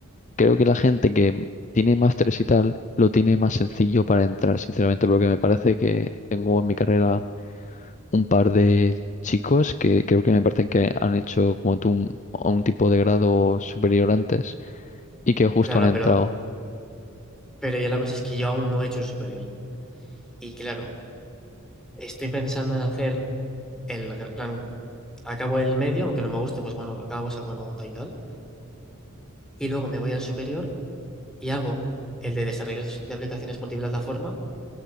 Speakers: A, on the left (about 35°); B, in the centre.
A: creo que la gente que tiene másteres y tal, lo tiene más sencillo para entrar, sinceramente, porque me parece que tengo en mi carrera un par de chicos que creo que me parecen que han hecho como tú un, un tipo de grado superior antes y que justo
B: Claro,
A: han entrado.
B: pero, pero ya la cosa es que yo aún no he hecho el superior. Y claro, Estoy pensando en hacer el gra- plan, acabo el medio, aunque no me guste, pues bueno, lo acabo, saco nota y tal. Y luego me voy al superior y hago el de desarrollos de aplicaciones multiplataforma